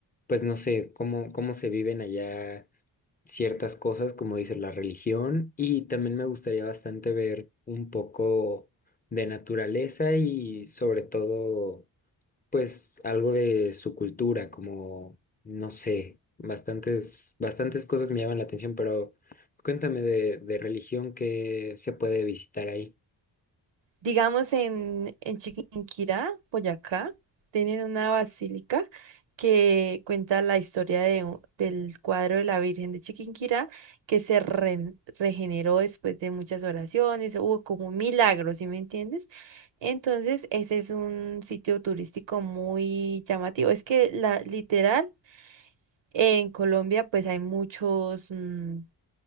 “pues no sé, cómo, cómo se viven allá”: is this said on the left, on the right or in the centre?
Left